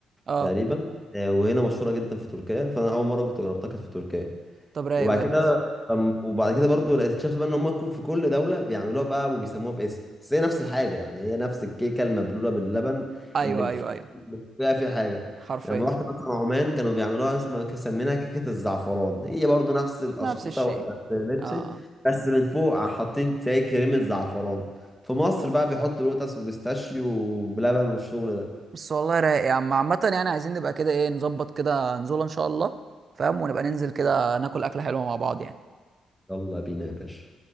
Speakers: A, on the right; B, in the centre.
A: اه
B: تقريبا آه، وهنا مشهوره جدا في تركيا فانا اول مره كنت جربتها كانت في تركيا
A: طب رايق
B: وبعد
A: بجد
B: كده أم- وبعد كده برضو اكتشفت بقى ان هم كو- في كل دوله بيعملوها بقى وبيسموها باسم بس هي نفس الحاجه يعني هي نفس الكيكه المبلوله باللبن
A: ايوه
B: اللي بف-
A: ايوه ايوه
B: بيبقى فيها حاجه
A: حرفيا
B: لما رحت مثلا عمان كانوا بيعملوها اسمها سميناها كيكه الزعفران هي برضو نفس القشطوطه
A: نفس الشيء
B: ولا الفيليتشي
A: اه
B: بس من فوق حاطين زي كريمه زعفران في مصر بقى بيحطوا لوتس وبيستاشيو وبلبن والشغل ده
A: بس والله رايق يا عم عامة يعني عايزين نبقى كده ايه نظبط كده نزوله ان شاء الله فاهم ونبقى ننزل كده ناكل اكلة حلوة مع بعض يعني
B: يلا بينا يا باشا